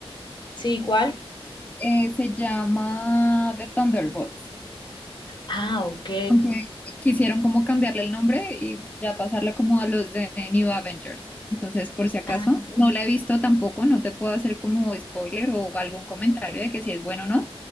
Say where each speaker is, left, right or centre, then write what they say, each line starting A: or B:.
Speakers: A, on the left; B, on the left.
A: Sí, ¿cuál?
B: eh, se llama The Thunderbolts.
A: Ah, ok.
B: Aunque quisieron como cambiarle el nombre y ya pasarle como a los de New Avengers. Entonces, por si acaso,
A: Ah.
B: no la he visto tampoco, no te puedo hacer como spoiler o algún comentario de que si es bueno o no,